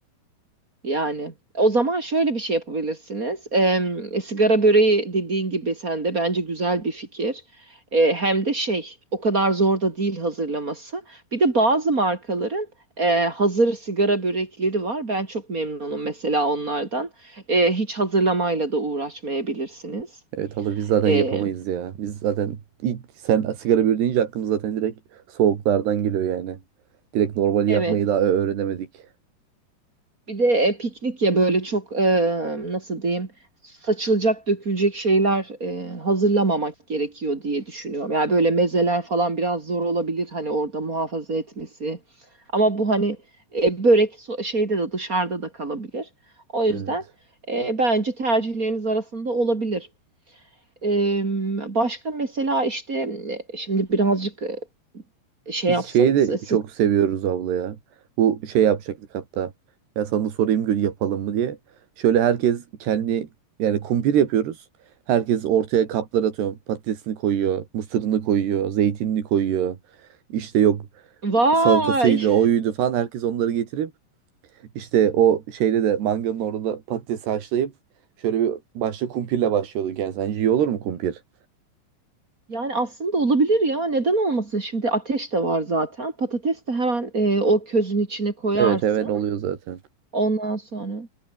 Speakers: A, on the right; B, on the right.
A: Yani o zaman şöyle bir şey yapabilirsiniz. Em, sigara böreği dediğin gibi sen de bence güzel bir fikir. E, hem de şey o kadar zor da değil hazırlaması. Bir de bazı markaların e, hazır sigara börekleri var. Ben çok memnunum mesela onlardan. E, hiç hazırlamayla da uğraşmayabilirsiniz.
B: Evet alır biz zaten
A: E,
B: yapamayız ya. Biz zaten ilk sen sigara bir deyince aklımız zaten direkt soğuklardan geliyor yani. Direkt normali
A: evet.
B: yapmayı daha ö- öğrenemedik.
A: Bir de e, piknik ya böyle çok e, nasıl diyeyim saçılacak dökülecek şeyler e, hazırlamamak gerekiyor diye düşünüyorum. Yani böyle mezeler falan biraz zor olabilir hani orada muhafaza etmesi. Ama bu hani e, börek so- şeyde de dışarıda da kalabilir. O yüzden
B: Evet.
A: e, bence tercihleriniz arasında olabilir. E, başka mesela işte e, şimdi birazcık e, şey
B: Biz
A: yapsanız.
B: şeyi de
A: e, siz-
B: çok seviyoruz abla ya. Bu şey yapacaktık hatta. Ya sana da sorayım gö- yapalım mı diye. Şöyle herkes kendi yani kumpir yapıyoruz. Herkes ortaya kaplar atıyor. Patatesini koyuyor, mısırını koyuyor, zeytinini koyuyor. İşte yok
A: Vay!
B: salatasıydı, oyuydu falan. Herkes onları getirip İşte o şeyde de manganın orada patatesi haşlayıp şöyle bir başta kumpirle başlıyorduk yani. Sence iyi olur mu kumpir?
A: Yani aslında olabilir ya. Neden olmasın? Şimdi ateş de var zaten. Patates de hemen e, o közün içine koyarsın.
B: Evet hemen oluyor zaten.
A: Ondan sonra